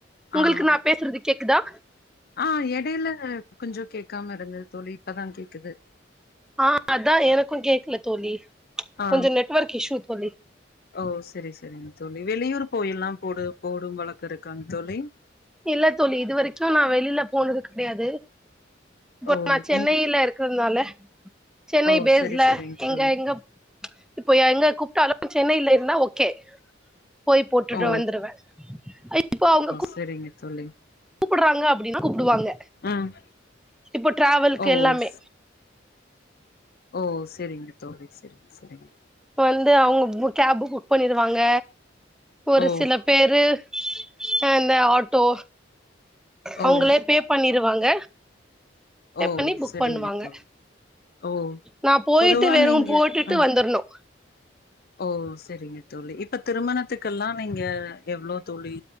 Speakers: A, in the centre; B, on the left.
A: உங்களுக்கு
B: ஆ
A: நா பேசுறது கேக்குதா
B: ஆ எடையில கொஞ்சோ கேக்காம இருந்தது தோழி இப்பதா கேக்குது
A: ஆ அதா எனக்கு கேக்கல தோழி
B: ஆ
A: கொஞ்சோ நெட்ஒர்க் இஷ்யூ தோழி
B: ஓ சரி சரிங்க தோழி வெளியூர் போயிலாம் போடு போடும் வழக்கம் இருக்காங் தோழி
A: இல்ல தோழி இது வரைக்கு நா வெளில போனது கெடையாது இப்ப
B: ஓ
A: நா சென்னையில
B: உங்
A: இரு க்றனால சென்னை
B: ஓ
A: பேஸ்ல
B: செரி செரிங்க
A: எங்க
B: தோழி
A: எங்க இப்ப எங்க கூப்ட்டாலு சென்னையில இருந்தா ஓகே போய் போட்டுட்டு
B: ஓ
A: வந்துருவே இப்போ அவங்க கூப்
B: சரிங்க தோழி
A: கூப்புறாங்க அப்டின்னா கூப்புடுவாங்க
B: ம்
A: இப்ப ட்ராவல்க்கு
B: ஓ
A: எல்லாமே
B: ஸ் ஓ சரிங்க தோழி சரி சரிங்க
A: வந்து அவங்க பு கேப்பு புக் பண்ணிருவாங்க ஒரு
B: ஓ
A: சில பேரு இந்த ஆ இந்த ஆட் ட்டோ அவங்களே
B: ஓ
A: பே பண்ணிருவாங்க பே
B: ஓ
A: பண்ணி புக்
B: செரிங்க
A: பண்ணுவாங்க
B: தோழி ஓ
A: நா போயிட்டு
B: பொதுவா
A: வெறும்
B: நீங்க
A: போட்டுட்டு
B: ம்
A: வந்தர்ணு
B: ஓ செரிங்க தோழி இப்ப திருமணத்துக்கெல்லா நீங்க எவ்ளோ தோழி